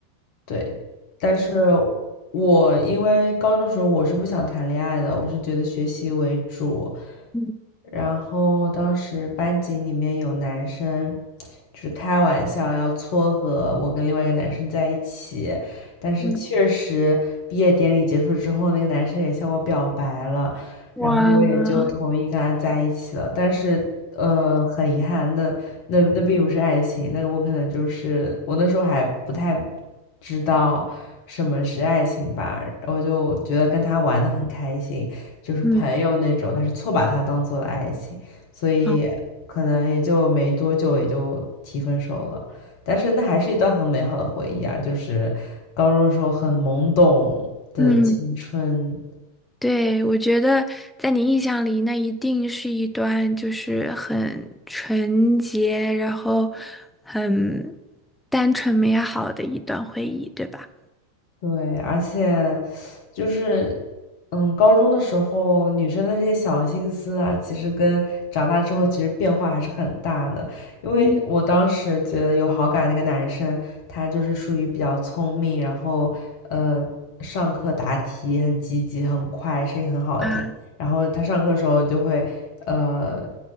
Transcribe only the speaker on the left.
对，但是我因为高中时候我是不想谈恋爱的，我是觉得学习为主。
然后当时班级里面有男生，就是开玩笑要撮合我跟另外一个男生在一起，但是确实毕业典礼结束之后，
那个男生也向我表白了，
然后我也就同意跟他在一起了。但是呃，很遗憾，那那那并不是爱情，那我可能就是我那时候还不太知道什么是爱情吧，我就觉得跟他玩的很开心，就是朋友那种，
但是错把他当做了爱情，所以可能也就没多久也就提分手了。
但是那还是一段很美好的回忆啊，就是高中的时候很懵懂的青春，
对，而且。就是嗯，高中的时候女生的这些小心思啊，其实跟长大之后其实变化还是很大的。因为我当时觉得有好感那个男生，
他就是属于比较聪明，然后呃，上课答题很积极、很快，声音很好听。
然后他上课的时候就会呃，